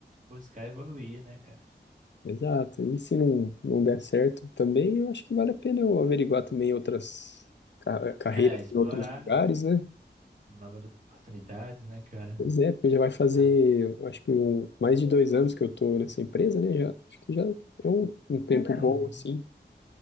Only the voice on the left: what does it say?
Exato. E se não, não der certo também, eu acho que vale a pena eu averiguar também outras ca- carreiras
em outros lugares, né?
Pois é, porque já vai fazer,
eu acho que um, mais de dois anos que eu tô nessa empresa, né? Já, acho que já é um, um tempo
bom, assim.